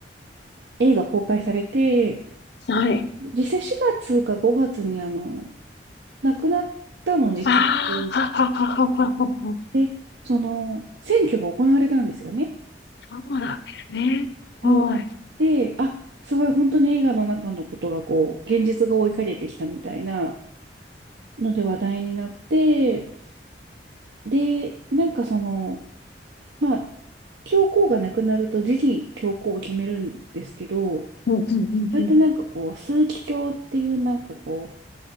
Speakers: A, on the right (about 75°); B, on the left (about 65°).
A: 映画公開されて、
B: はい。
A: 実際4月か5月にあの、亡くなったので、
B: あ
A: 教皇が。
B: あ、はははははは。
A: で、その、選挙が行われたんですよね。
B: そうなんですね。
A: そうで、
B: はい。
A: あ、すごい本当に映画の中のことがこう、現実が追いかけてきたみたいなので話題になって、で、なんかその、まあ、教皇が亡くなると次期教皇を決めるんですけど、
B: うん、うん、
A: それってなんかこう、
B: うん、
A: 枢機卿っていうなんかこう、